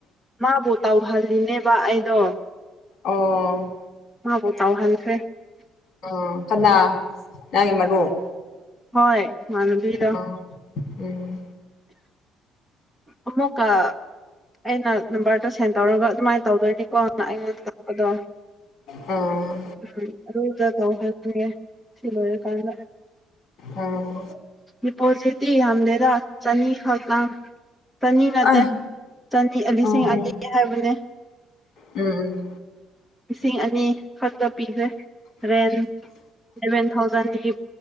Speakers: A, in the centre; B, on the left.
A: ꯃꯥꯕꯨ ꯇꯧꯍꯜꯂꯤꯅꯦꯕ ꯑꯩꯗꯣ
B: ꯑꯣ
A: ꯍꯕꯨ ꯇꯥꯎ ꯍꯟꯗ꯭ꯔꯦ
B: ꯎ ꯀꯅꯥ ꯅꯪꯒꯤ ꯃꯔꯨꯞ
A: ꯍꯣꯏ ꯃꯥꯅꯕꯤꯗꯣ
B: ꯑꯣ ꯎꯝ
A: ꯑꯃꯨꯛꯀ ꯑꯩꯅ ꯅꯝꯕꯔꯗ ꯁꯦꯟ ꯇꯧꯔꯒ ꯑꯗꯨꯃꯥꯏꯅ ꯇꯧꯗꯣꯏꯅꯤꯀꯣ ꯑꯩꯉꯣꯟꯗ ꯇꯥꯛꯄꯗꯣ
B: ꯎꯝ
A: ꯎꯝ ꯑꯗꯨꯗ ꯇꯧꯍꯟꯉꯦ ꯁꯤ ꯂꯣꯏꯔꯀꯥꯟꯗ
B: ꯎꯝ
A: ꯏ ꯄꯣꯁꯤꯇ ꯌꯥꯝꯗꯦꯗ ꯆꯅꯤ ꯍꯪ ꯆꯅꯤ ꯅꯠꯇꯦ
B: ꯑꯩ
A: ꯆꯅꯤ ꯑꯂꯤꯁꯤꯡ
B: ꯎꯝ
A: ꯑꯂꯤ ꯍꯥꯏꯕꯅꯦ
B: ꯎꯝ ꯎꯝ
A: ꯂꯤꯁꯤꯡ ꯑꯅꯤ ꯈꯛꯇ ꯄꯤꯈ꯭ꯔꯦ ꯔꯦꯟ ꯁꯂꯚꯦꯟ ꯊꯥꯎꯖꯟꯗꯒꯤ